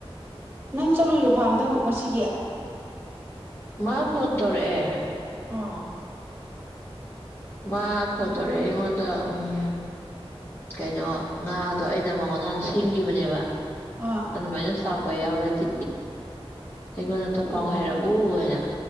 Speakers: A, on the right (about 20°); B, on the left (about 20°).
A: ꯅꯪ ꯆꯠꯂꯨꯏꯔꯣ ꯐꯥꯔꯝꯗ ꯍꯧ ꯉꯁꯤꯒꯤ
B: ꯃꯥ ꯐꯣꯟ ꯇꯧꯔꯛꯑꯦ
A: ꯑꯪ
B: ꯃꯥ ꯐꯣꯟ ꯇꯧꯔꯛꯑꯦ ꯑꯩꯉꯣꯟꯗ ꯎꯝ ꯀꯩꯅꯣ ꯉꯥꯗꯣ ꯑꯩꯅ ꯃꯉꯣꯟꯗ ꯅꯍꯥꯟꯅ ꯁꯤꯡꯈꯤꯕꯅꯦꯕ
A: ꯑꯣꯥ
B: ꯑꯗꯨꯃꯥꯏꯅ ꯁꯥꯎꯄ ꯌꯥꯎꯔꯗꯤ ꯑꯩꯉꯣꯟꯗꯇ
A: ꯑꯣ
B: ꯄꯥꯎ ꯍꯥꯏꯔꯛꯎ ꯍꯥꯏꯅ